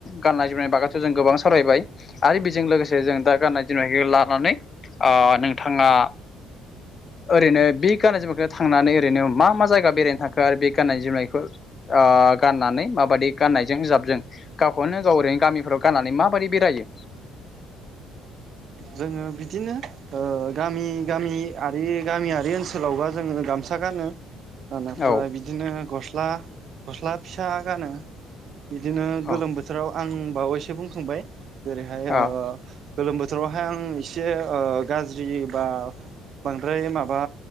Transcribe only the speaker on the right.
जोङो बिदिनो गामि गामिय गामियारि ओनसोलावबा जोङो गामसा गानो। आफ्राय
बिदिनो गस गस्ला गस्ला फिसा गानो। बिदिनो
गोलोम बोथोराव आं बावैसो बुंखांबाय जेरैहाय
गोलोम बोथोर बोथोरावहाय आं एसे गाज्रि बा बांद्राय माबा